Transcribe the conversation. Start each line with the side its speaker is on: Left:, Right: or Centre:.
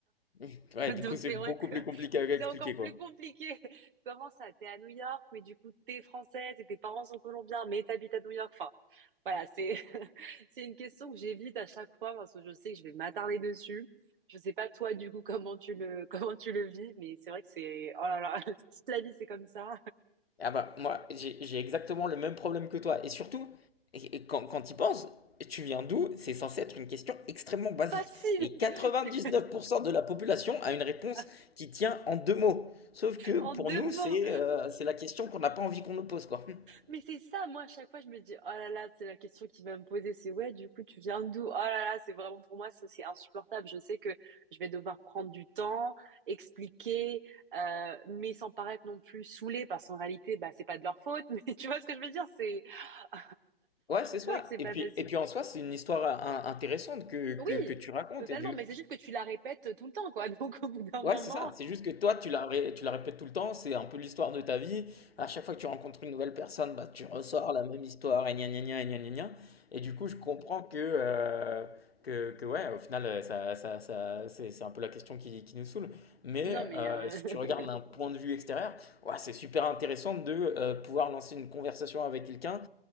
Left: <laughs>
Right: <laughs>
Left: Ouais,
Right: Donc
Left: du coup, c'est
Right: c'est
Left: beaucoup
Right: vrai que
Left: plus compliqué
Right: <laughs>
Left: à
Right: c'est
Left: expliquer,
Right: encore
Left: quoi.
Right: plus compliqué. <laughs> Comment ça? T'es à New York, mais du coup t'es française et tes parents sont colombiens, mais t'habites à New York. Enfin, voilà, c'est <laughs> c'est une question que j'évite à chaque fois parce que je sais que je vais m'attarder dessus. Je sais pas toi du coup comment tu le <laughs> comment tu le vis, mais c'est vrai que c'est oh là là <laughs> toute la vie c'est comme ça.
Left: Ah bah, moi, j'ai j'ai exactement le même problème que toi. Et surtout, et- et quand, quand tu y penses, tu viens d'où? C'est censé être une question extrêmement
Right: <laughs>
Left: basique.
Right: Facile.
Left: Et 99%
Right: <laughs> C'est-
Left: de la population a une réponse
Right: <laughs>
Left: qui tient en deux mots. Sauf que
Right: En
Left: pour
Right: deux
Left: nous, c'est
Right: mots.
Left: euh, c'est la question qu'on n'a pas envie qu'on nous pose, quoi. <laughs>
Right: Mais c'est ça, moi, à chaque fois, je me dis, oh là là, c'est la question qu'il va me poser, c'est ouais, du coup, tu viens d'où? Oh là là, c'est vraiment pour moi, ça, c'est insupportable. Je sais que je vais devoir prendre du temps, expliquer, euh, mais sans paraître non plus saoulée, parce qu'en réalité, bah, c'est pas de leur faute, <laughs> mais tu vois ce que je veux dire? C'est, <laughs>
Left: Ouais, c'est ça.
Right: c'est vrai que c'est pas
Left: Et puis,
Right: facile.
Left: et puis en soi, c'est une histoire euh, in- intéressante que,
Right: Oui,
Left: que, que tu racontes.
Right: totalement,
Left: Et du,
Right: mais c'est juste que tu la répètes tout le temps, quoi. <laughs> Donc, au bout d'un
Left: Ouais,
Right: moment,
Left: c'est ça. C'est juste que toi, tu la, ré- tu la répètes tout le temps. C'est un peu l'histoire de ta vie. À chaque fois que tu rencontres une nouvelle personne, bah, tu ressors la même histoire et gna gna gna et gna gna gna. Et du coup, je comprends que, euh, que, que ouais, au final, euh, ça, ça, ça- c'est c'est un peu la question qui, qui nous saoule. Mais
Right: non, mais,
Left: euh,
Right: euh...
Left: si
Right: <laughs>
Left: tu regardes d'un point de vue extérieur, ouais, c'est super intéressant de euh, pouvoir lancer une conversation avec quelqu'un